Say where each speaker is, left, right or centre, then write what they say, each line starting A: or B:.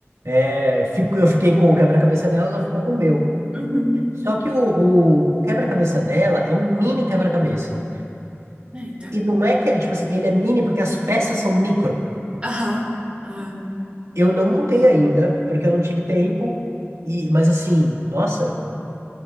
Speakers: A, on the right; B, on the right.
A: É, fico- eu fiquei com o quebra-cabeça dela, ela ficou com o meu.
B: Uhum.
A: Só que o, o, o quebra-cabeça dela é um mini quebra-cabeça.
B: Eita.
A: E não é que, é, tipo assim, ele é mini porque as peças são micro.
B: Aham, aham.
A: Eu não montei ainda, porque eu não tive tempo. E, mas assim, nossa,